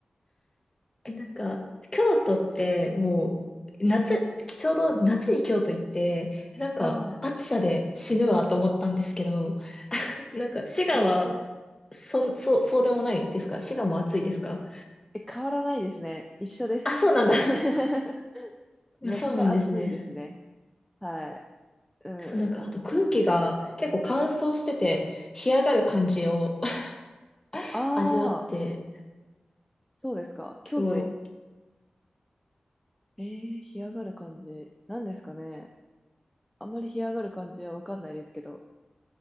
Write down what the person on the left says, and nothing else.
え、なんか、京都ってもう、夏、ちょうど夏に京都行って、なんか、
暑さで死ぬわと思ったんですけど、なんか、滋賀は、
そん、そう、そうでもないですか滋賀も暑いですか
あ、そうなんだ。
<laughs> そうなんですね。
そう、なんか、
あと空気が結構乾燥してて、干上がる感じを <laughs>
味わって、
すごい。